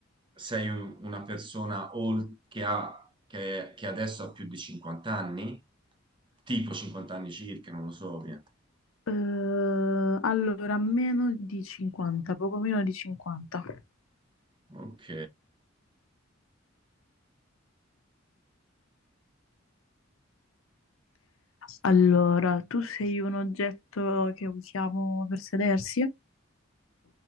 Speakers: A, on the right (about 25°); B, on the left (about 85°).
A: sei una persona ol- che ha, che, che adesso ha più di 50 anni? Tipo 50 anni circa, non lo so, via.
B: Eh, allora, meno di 50, poco meno di 50.
A: Ok.
B: Allora, tu sei un oggetto che usiamo per sedersi?